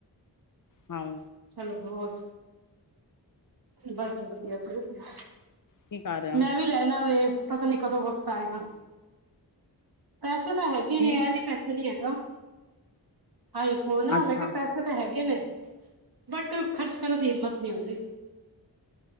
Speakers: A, on the left (about 50°); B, on the right (about 60°).
A: ਹਾਂ।
B: ਚਲੋ ਹੋਰ? ਬਸ ਵਧੀਆ ਜੇ ਵਧੀਆ।
A: ਕੀ ਕਰ ਰਿਹੇ ਹੋ?
B: ਮੈਂ ਵੀ ਲੈਣਾ ਵੇ ਪਤਾ ਨੀ ਕਦੋਂ ਵਕਤ ਆਏਗਾ। ਪੈਸੇ ਤਾਂ ਹੈਗੇ
A: ਕੀ
B: ਨੇ, ਇਹ ਨੀ ਪੈਸੇ ਨੀ ਹੈਗਾ। ਆਈਫੋਨ ਨਾ
A: ਅੱਛਾ
B: ਮੈਂ ਕਿਹਾ ਪੈਸੇ। ਤਾਂ ਹੈਗੇ ਨੇ ਬਟ ਖਰਚ ਕਰਨ ਦੀ ਹਿੰਮਤ ਨਹੀਂ ਆਉਂਦੀ।